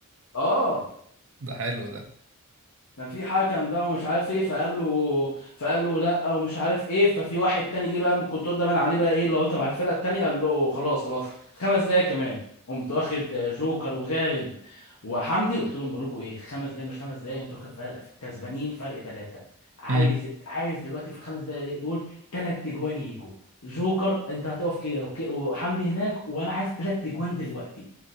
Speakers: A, on the left (about 75°); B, on the right (about 65°).
A: اه
B: ده حلو ده
A: كان في حكم بقى ومش عارف ايه فقال له فقال له لا ومش عارف ايه ففي واحد تاني جه بقى من الكنترول ده بان عليه بقى ايه اللي هو تبع الفرقه التانيه قال له خلاص خلاص خمس دقايق كمان قمت واخد جوكر وغالب وحمدي قلت لهم بقول لكم ايه خمس دقايق مش خمس دقايق انتوا فرق- كسبانين فرق ثلاثه عايز
B: مم.
A: عايز دلوقتي في الخمس دقايق دول ثلاث تجوان يجوا جوكر انت هتقف كده وك- وحمدي هناك وانا عايز ثلاث تجوان دلوقتي